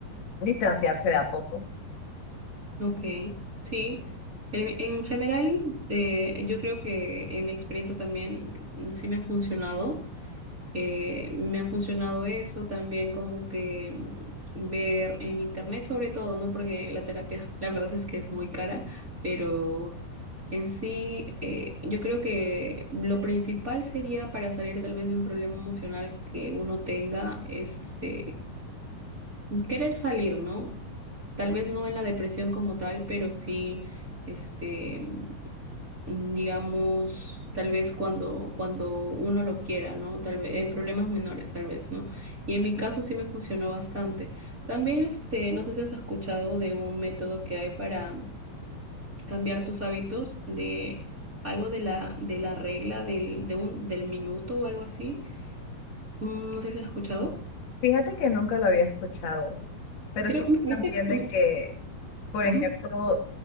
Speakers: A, on the left; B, on the right.
A: distanciarse de a poco.
B: Ok, sí. En, en general, eh, yo creo que en mi experiencia también mm, sí me ha funcionado. Eh, me ha funcionado eso también como que mm, ver en internet sobre todo, ¿no? Porque la terapia, <laughs> la verdad es que es muy cara, pero en sí, eh, yo creo que lo principal sería para salir tal vez de un problema emocional que uno tenga es este querer salir, ¿no? Tal vez no en la depresión como tal, pero sí, este, mm, digamos, tal vez cuando, cuando uno lo quiera, ¿no? Tal vez en problemas menores, tal vez, ¿no? Y en mi caso sí me funcionó bastante. También, este, no sé si has escuchado de un método que hay para mm, cambiar tus hábitos de algo de la, de la regla del, de un, del minuto o algo así. Mm, No sé si has escuchado.
A: Fíjate que nunca lo había escuchado, pero
B: Creo,
A: sí sé
B: me parece,
A: también de
B: me-
A: que, por
B: ujú.
A: ejemplo,